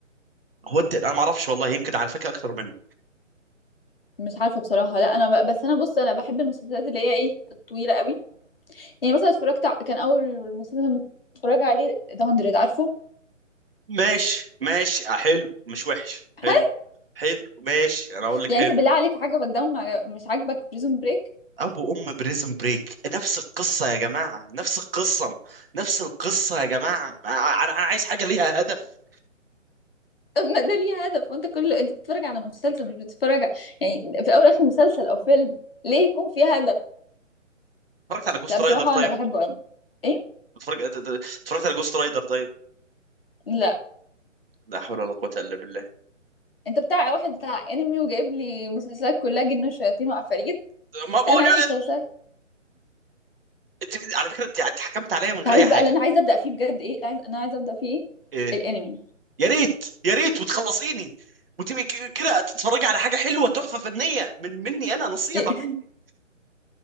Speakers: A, on the right; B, on the left.
A: هو انت انا ما اعرفش والله يمكن على فكره اكتر منك
B: مش عارفه بصراحه لا انا ب... بس انا بص انا بحب المسلسلات اللي هي ايه الطويله قوي يعني مثلا اتفرجت ع- كان اول مسلسل متفرجه عليه ذا 100 عارفه
A: ماشي ماشي آه، حلو مش وحش حلو
B: حلو
A: حلو ماشي انا اقول
B: يعني
A: لك حلو
B: انت بالله عليك عجبك ده وما عجب- مش عاجبك بريزون بريك
A: ابو ام بريزن بريك نفس القصه يا جماعه نفس القصه نفس القصه يا جماعه ما- انا انا عايز حاجه ليها هدف
B: طب ما ده ليه هدف وانت كل انت بتتفرج على مسلسل مش بتتفرج ع- يعني في اول اخر مسلسل او فيلم ليه يكون فيه هدف
A: اتفرجت على جوست
B: لا بصراحه
A: رايدر طيب
B: انا بحبه قوي ايه
A: اتفرج- اتفرجت على جوست رايدر طيب
B: لا
A: لا حول ولا قوه الا بالله
B: انت بتاع واحد بتاع انمي وجايب لي مسلسلات كلها جن وشياطين وعفاريت
A: ما بقول
B: لا انا عايزه مسلسلات
A: انت على فكره انت أنت حكمت عليا من غير
B: تعرف
A: اي حاجه
B: بقى اللي انا عايزه ابدا فيه بجد ايه عايز... انا عايزه ابدا فيه
A: ايه
B: ايه الانمي
A: يا ريت يا ريت وتخلصيني وتبقي ك- كده تتفرجي على حاجه حلوه تحفه فنيه من مني انا نصيحه
B: إيه؟
A: مني